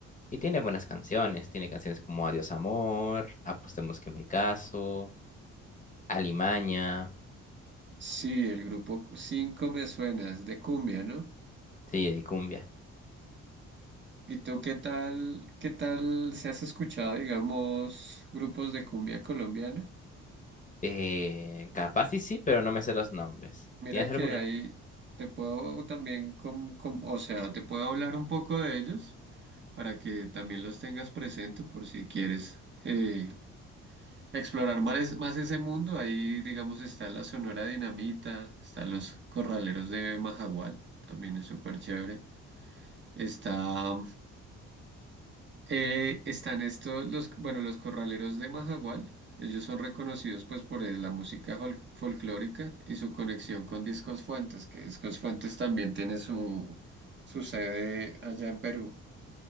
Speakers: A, on the left; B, on the right.
A: Y tiene buenas canciones, tiene canciones como Adiós Amor, Apostemos que me caso, Alimaña,
B: Sí, el grupo cinco me suena, es de cumbia, ¿no?
A: sí, de cumbia.
B: ¿Y tú qué tal, qué tal si has escuchado, digamos, grupos de cumbia colombiana?
A: Eh, capaz y sí, pero no me sé los nombres.
B: Mira
A: ¿Tienes
B: que
A: alguna?
B: ahí te puedo también, com- com- o sea, te puedo hablar un poco de ellos para que también los tengas presente por si quieres eh, explorar más, más ese mundo. Ahí, digamos, está la Sonora Dinamita, está los Corraleros de Majagual, también es súper chévere. Está Eh, están estos, los, bueno, los corraleros de Majagual. Ellos son reconocidos pues por eh, la música fol- folclórica y su conexión con Discos Fuentes, que Discos Fuentes también tiene su, su sede allá en Perú.